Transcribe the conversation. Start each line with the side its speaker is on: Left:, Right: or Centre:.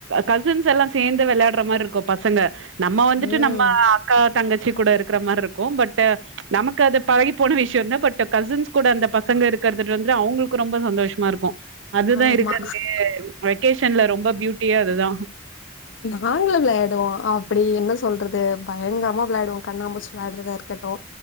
Right: கசின்ஸ் எல்லாம் சேந்து வெளையாட்ற மாதிரி இருக்கும் பசங்க நம்ம வந்துட்டு
Left: ம்.
Right: நம்ம அக்கா தங்கச்சி கூட இருக்கற மாறி இருக்கும் பட் நமக்கு அது பழகி போன விஷயம் இல்ல பட் கசின்ஸ் கூட அந்த பசங்க இருக்கிறது வந்துட்டு அவங்களுக்கு ரொம்ப சந்தோஷமா இருக்கும் அதுதான்
Left: ஆமா.
Right: இருக்கிறதுலயே வெகேஷன்ல ரொம்ப பியூட்டியே அதுதான்
Left: நாங்களும் வெளையாடுவோம் அப்படி என்ன சொல்றது பயங்கரமா வெளையாடுவோம் கண்ணாம்பூச்சு விளையாடறதா இருக்கட்டும்